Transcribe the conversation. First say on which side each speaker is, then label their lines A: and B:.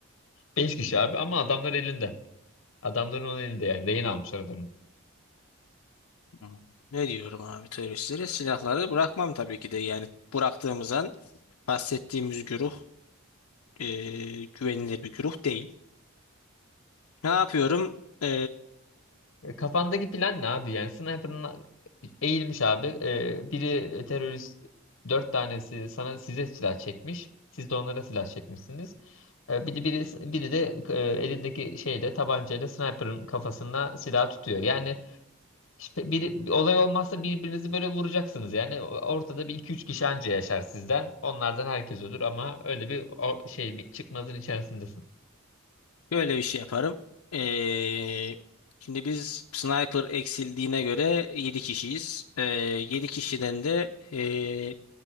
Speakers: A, on the left; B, on the left.
A: Beş kişi abi ama adamlar elinde. Adamların onun elinde yani. Rehin almışlar adamın.
B: Hmm. Ne diyorum abi teröristlere? Silahları bırakmam tabii ki de. Yani bıraktığımızdan bahsettiğimiz güruh e, güvenilir bir güruh değil. Ne yapıyorum? E,
A: E, Kafandaki plan ne abi? Yani sniper'ın eğilmiş abi. E, biri terörist dört tanesi sana size silah çekmiş. Siz de onlara silah çekmişsiniz. E, biri, biri, biri de e, elindeki şeyle tabancayla sniper'ın kafasına silah tutuyor. Yani İşte biri, bir olay olmazsa birbirinizi böyle vuracaksınız yani. Ortada bir iki üç kişi anca yaşar sizden. Onlardan herkes olur ama öyle bir o şey bir çıkmazın içerisindesin.
B: böyle bir şey yaparım. E, şimdi biz sniper eksildiğine göre 7 kişiyiz. E, 7 kişiden de e,